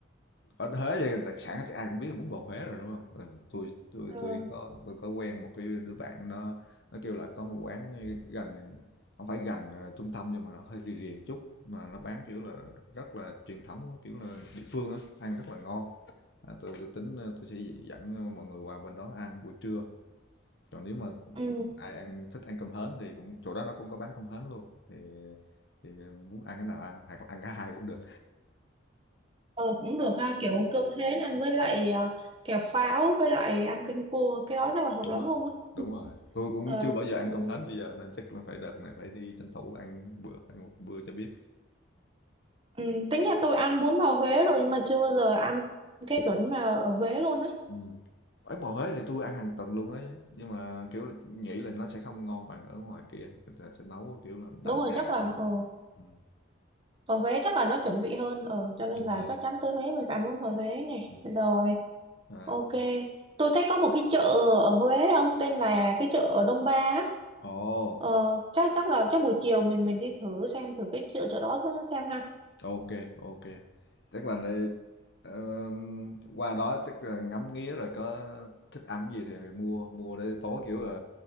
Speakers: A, on the left; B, on the right.
A: ở Huế thì đặc sản chắc ai cũng biết là bún bò Huế rồi đúng không? Ừ, tôi tôi
B: Ờ,
A: tôi có tôi có quen một cái đứa bạn nó nó kêu là có một quán gần không phải gần ờ, trung tâm nhưng mà nó hơi rì rì một chút mà nó bán kiểu là rất là truyền thống kiểu là địa phương á ăn rất là ngon à, tôi, tôi tính ờ, tôi sẽ dẫn mọi người qua bên đó ăn buổi trưa còn nếu mà
B: ừ.
A: ai ăn thích ăn cơm hến thì cũng chỗ đó nó cũng có bán cơm hến luôn thì thì ờ, muốn ăn cái nào ăn hoặc là ăn cả hai cũng được
B: Ờ, cũng được ha kiểu cơm hến ăn với lại ờ, kẹo pháo với lại ăn canh cua cái đó chắc là hợp
A: đúng
B: lắm
A: rồi
B: luôn á
A: đúng rồi tôi cũng
B: Ờ,
A: chưa bao giờ ăn
B: ừ.
A: cơm hến bây giờ nên chắc là phải đợt này phải đi tranh thủ ăn bữa ăn một bữa cho biết
B: Ừ. Tính là tôi ăn bún bò Huế rồi nhưng mà chưa bao giờ ăn cái chuẩn mà ở Huế luôn á
A: ừ. ở ngoài Huế thì tôi ăn hàng tuần luôn ấy nhưng mà kiểu là nghĩ là nó sẽ không ngon bằng ở ngoài kia người ta sẽ nấu kiểu là đậm
B: đúng rồi
A: đà
B: chắc là
A: hơn
B: ờ,
A: ừ.
B: ở Huế chắc là nó chuẩn vị hơn ờ cho nên
A: đúng
B: là
A: rồi
B: chắc chắn tới Huế mình phải ăn bún bò Huế này
A: ừ.
B: rồi
A: à.
B: Ok, tôi thấy có một cái chợ ở Huế không tên là cái chợ ở Đông Ba á.
A: ồ
B: Ờ, chắc chắc là chắc buổi chiều mình mình đi thử xem thử cái chợ chợ đó thử xem ha.
A: OK OK, tức là đây ờm, qua đó tức là ngắm nghía rồi có thích ăn gì thì mua, mua để tối, kiểu là,